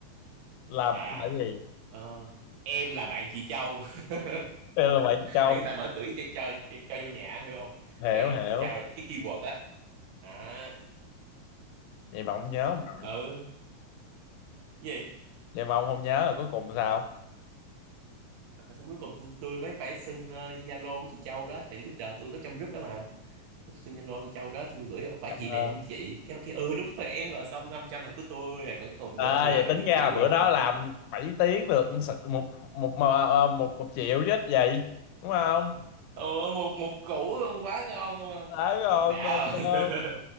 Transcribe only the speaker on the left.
là
là gì
Đây là vậy trâu
hiểu
hiểu
vậy mà ông nhớ
ông nội
vậy mà ông không nhớ là cuối cùng sao
cảm
ơn
à
vậy
tính
ra
là bữa
đó
làm
7 tiếng được một một một một, một triệu chứ ít gì đúng không
đấy rồi
mà,
mà